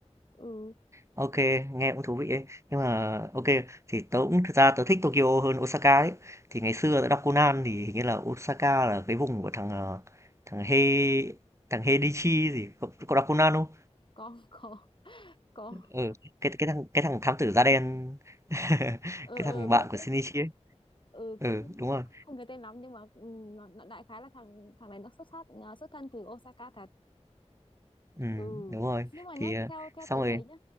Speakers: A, on the left; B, on the right.
A: ừ
B: ok nghe cũng thú vị ấy. Nhưng mà ok thì tớ cũng thực ra tớ thích Tokyo hơn Osaka ấy. Thì ngày xưa tớ đọc Conan thì hình như là Osaka là cái vùng của thằng, ờ, thằng He thằng Heidichi gì, cậu cậu đọc Conan không?
A: có <laughs> có có
B: Ừ, cái cái thằng cái thằng thám tử da đen, <laughs>
A: ừ,
B: cái
A: ừ
B: thằng
A: biết
B: bạn
A: biết
B: của Shinichi ấy.
A: ừ
B: Ừ,
A: cũng
B: đúng rồi.
A: không nhớ tên lắm nhưng mà ừ, nó, nó đại khái là thằng thằng này nó xuất phát nó xuất thân từ Osaka thật
B: Ừm,
A: ừ
B: đúng rồi.
A: nhưng mà nhá
B: Thì, ờ,
A: theo theo
B: xong
A: tớ
B: rồi
A: thấy nhá